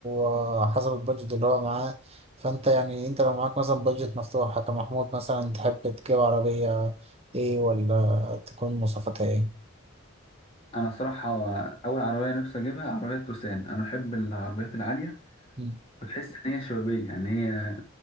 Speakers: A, on the right (about 30°); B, on the left (about 25°).
A: آه، حسب البادجت اللي هو معاه فانت يعني انت لو معاك مثلا بادجت مفتوحة كمحمود مثلا تحب تجيب عربية ايه ولا تكون مواصفاتها ايه؟
B: انا الصراحه هو اول عربيه نفسي اجيبها عربيه توسان انا بحب العربيات العاليه
A: مم.
B: وتحس ان هي شبابيه يعني هي